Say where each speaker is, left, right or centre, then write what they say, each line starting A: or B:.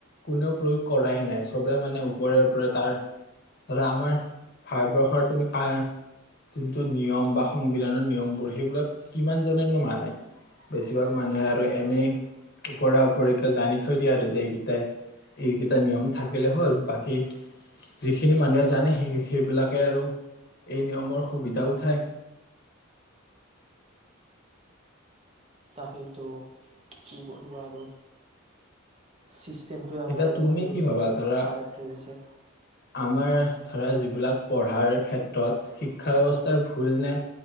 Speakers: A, on the left (about 50°); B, on the right (about 30°).
A: কোনেও প্ৰয়োগ কৰা নাই। চবেই মানে ওপৰে ওপৰে তাৰ ধৰা, আমাৰ ভাৰতবৰ্ষৰ তুমি কা যোন তো, নিয়ম বা সংবিধানৰ নিয়মবোৰ, সেইবিলাক কিমানজনেনো মানে বেছিভাগ মানুহে আৰু এনেই ওপৰা-ওপৰিকে জানি থৈ দিয়ে আৰু যে এইকেইটা এইকেইটা নিয়ম থাক গিলে হ'ল, বাকী। যিখিনি মানুহে জানে, সেই সেইবিলাকে আৰু এই নিয়মৰ সুবিধা উঠায়।
B: তাকেইতো, কি কৰিবা আৰু, চিচ টীমটোৰ আমাৰ
A: এতিয়া
B: এনেকুৱা
A: তুমি
B: হৈ
A: কি
B: গৈছে,
A: ভাবা ধৰা
B: কাৰেট হৈ গৈছে।
A: আমাৰ ধৰা, যিবিলাক পঢ়াৰ ক্ষেত্ৰত শিক্ষা ব্যৱস্থাৰ ভুল নে?